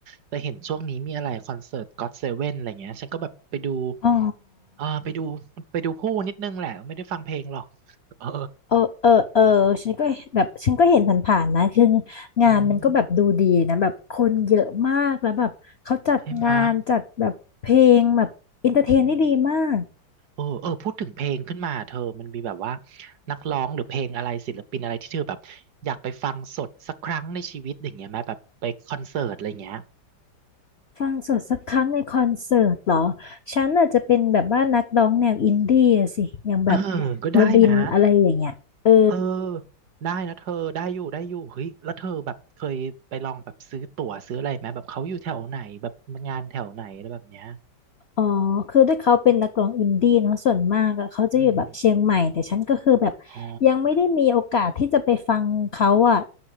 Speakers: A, on the right (about 65°); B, on the left (about 65°).
A: แต่เห็นช่วงนี้มีอะไรคอนเสิร์ตก็ t เซเว่นอะไรเงี้ยฉันก็แบบไปดู
B: อ๋อ
A: เออไปดูไปดูผู้นิดนึงแหละไม่ได้ฟังเพลงหรอกเออ
B: เออเออเออฉันก็แบบฉันก็เห็นผ่านๆนะคืองานมันก็แบบดูดีนะแบบคนเยอะมากแล้วแบบเขาจัดงานจัดแบบเพลงแบบอินเตอร์เทนได้ดีมาก
A: อืมใช่ไหมะอืมเออเออพูดถึงเพลงขึ้นมาเธอมันมีแบบว่านักร้องหรือเพลงอะไรศิลปินอะไรที่เธอแบบอยากไปฟังสดสักครั้งในชีวิตอย่างเงี้ยไหมแบบไปคอนเสิร์ตอะไรเงี้ย
B: ฟังสดสักครั้งในคอนเสิร์ตเหรอฉันอาจจะเป็นแบบว่านักร้องแนวอินดี้อะสิอย่างแบบ
A: เออ ก็ได้นะ
B: วลินอะไรอย่างเงี้ยเออ
A: เออได้นะเธอได้อยู่ได้อยู่เฮ้ยแล้วเธอแบบเคยไปลองแบบซื้อตั๋วซื้ออะไรไหมแบบเขาอยู่แถวไหนแบบงานแถวไหนอะไรแบบเนี้ย
B: อ๋อคือด้วยเขาเป็นนักร้องอินดี้เนาะส่วนมากอะเขาจะอยู่แบบเชียงใหม่แต่ฉันก็คือแบบ
A: อืมอ๋อ
B: ยังไม่ได้มีโอกาสที่จะไปฟังเขาอะ